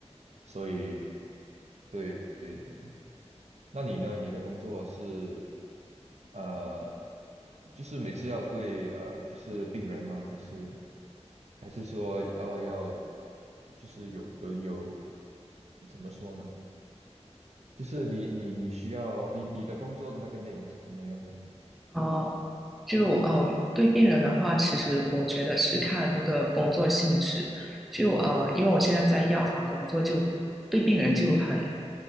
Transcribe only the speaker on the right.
所以，对对对，那你呢？你的工作是呃，就是每次要对呃，就是病人吗？还是还是说要要，就是有有有怎么说呢？就是你你你需要你你的工作的那个内容是怎么样的？